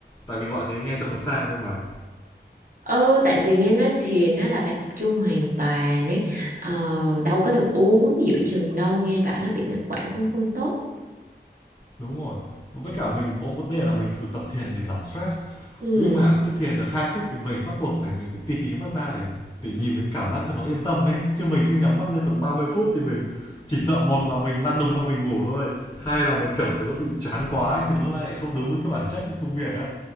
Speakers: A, on the left; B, on the right.
A: tại vì gọi thế nghe cho nó sang thôi mà
B: Ừ, tại vì nghe nói thiền nó là phải tập trung hoàn toàn ấy ờ, đâu có được uống giữa chừng đâu nghe bảo nó bị ngắt quãng cũng không tốt
A: Đúng rồi. Với cả mình có vấn đề là mình thử tập thiền để giảm stress,
B: ừ.
A: nhưng mà cứ thiền được 2 phút thì mình bắt buộc phải mình phải tì hí mắt ra để để nhìn thấy cảm giác cho nó yên tâm ấy, chứ mình cứ nhắm mắt liên tục 30 phút thì mình chỉ sợ một là mình lăn đùng ra mình ngủ thôi, hai là mình cảm thấy nó bị chán quá ấy, thì nó lại không đúng với cái bản chất của công việc á.